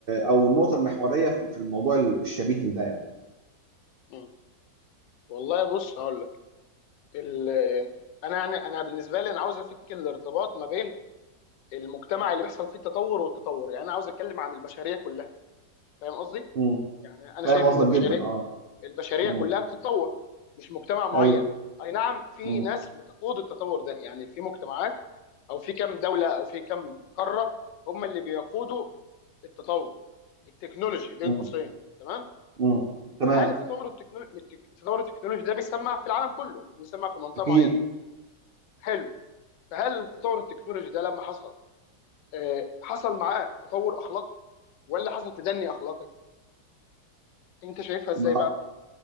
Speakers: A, on the right; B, on the left.
A: او النقطه المحوريه في في الموضوع ال- الشبيه لده يعني
B: مم. والله بص هقول لك ال... انا يعني انا بالنسبه لي انا عاوز افك الارتباط ما بين المجتمع اللي بيحصل فيه التطور والتطور يعني انا عاوز اتكلم عن البشريه كلها فاهم قصدي
A: مم.
B: يعني انا
A: فاهم
B: شايف
A: قصدك
B: ان البشريه
A: جدا اه
B: البشريه
A: مم.
B: كلها بتتطور مش مجتمع معين
A: ايوه
B: اي نعم في
A: مم.
B: ناس بتقود التطور ده يعني في مجتمعات او في كم دوله او في كم قاره هم اللي بيقودوا التطور التكنولوجي بين
A: مم.
B: قوسين تمام
A: مم. تمام
B: فهل التطور التكنولوجي التطور التكنولوجي ده بيسمع في العالم كله مش بيسمع في منطقه
A: اكيد
B: معينه حلو فهل تطور التكنولوجي ده لما حصل آه، حصل معاه تطور اخلاقي ولا حصل تدني اخلاقي انت شايفها ازاي
A: ما
B: بقى